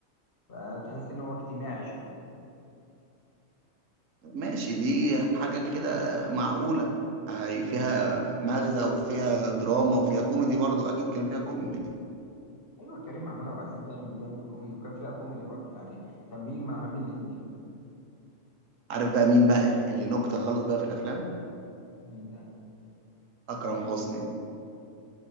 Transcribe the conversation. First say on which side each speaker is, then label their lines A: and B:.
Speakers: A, on the left; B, on the right.
A: فتحس ان هو اجتماعي شويه
B: ماشي دي حاجة كده معقولة هي فيها مغزى وفيها دراما وفيها كوميدي برضو اكيد كان فيها كوميدي
A: ايوه كريم محمود عبد العزيز دايما بيعمل كوميدي وكان فيها كوميدي برضه يعني كان بيجمع ما بين الاثنين
B: عارف بقى مين بقى اللي نكتة خالص بقى في الافلام
A: مين ده
B: اكرم حسني